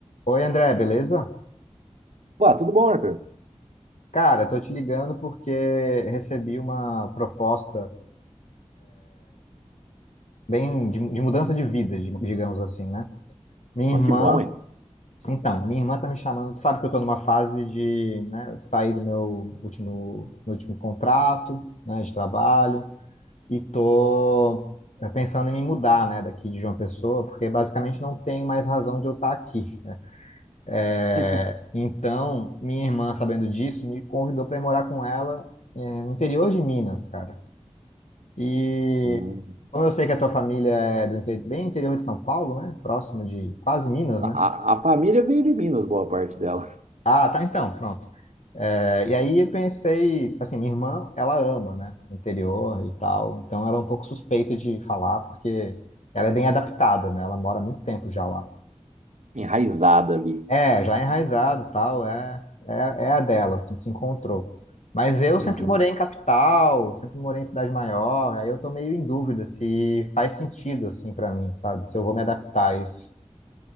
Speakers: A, on the left (about 80°); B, on the right (about 85°).
A: Oi, André, beleza?
B: Pô, tudo bom, Arthur?
A: Cara, tô te ligando porque recebi uma proposta bem de, de mudança de vida, di- digamos assim, né? Minha
B: Mas
A: irmã,
B: que bom, hein?
A: então, minha irmã tá me chamando, tu sabe que eu tô numa fase de, né, de sair do meu último, meu último contrato, né, de trabalho e tô é, pensando em me mudar, né, daqui de João Pessoa, porque basicamente não tem mais razão de eu estar aqui. né? É,
B: <laughs>
A: Então, minha irmã, sabendo disso, me convidou para ir morar com ela, eh, no interior de Minas, cara. E
B: Hum.
A: como eu sei que a tua família é do inte- bem interior de São Paulo, né? Próximo de quase Minas,
B: A,
A: né?
B: a família veio de Minas, boa parte dela.
A: Ah, tá então, pronto. É, e aí eu pensei, assim, minha irmã, ela ama, né? Interior e tal. Então ela é um pouco suspeita de falar, porque ela é bem adaptada, né? Ela mora há muito tempo já lá.
B: Enraizada ali.
A: É, já enraizado, tal, é, é, é a dela, assim, se encontrou. Mas eu
B: Uhum.
A: sempre morei em capital, sempre morei em cidade maior, aí eu tô meio em dúvida se faz sentido, assim, pra mim, sabe? Se eu vou me adaptar a isso.